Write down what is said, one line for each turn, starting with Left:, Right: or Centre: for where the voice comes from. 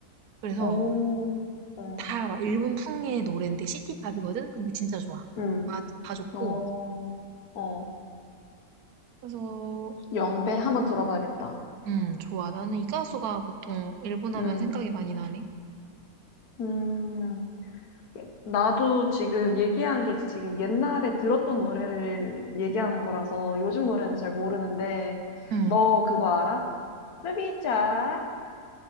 Right: 그래서
Left: 오, 어,
Right: 다 막 일본풍의 노래인데 시티팝이거든? 근데 진짜 좋아.
Left: 응.
Right: 다, 다 좋고.
Left: 어, 어.
Right: 그래서,
Left: 영배 한번 들어봐야겠다.
Right: 음, 좋아. 나는 이 가수가 보통 일본 하면
Left: 응,
Right: 생각이 많이 나네.
Left: 음, 나도 지금 얘기한 게 지금 옛날에 들었던 노래를 얘기하는 거라서 요즘 노래는 잘 모르는데,
Right: 음,
Left: 너 그거 알아? 루비짱,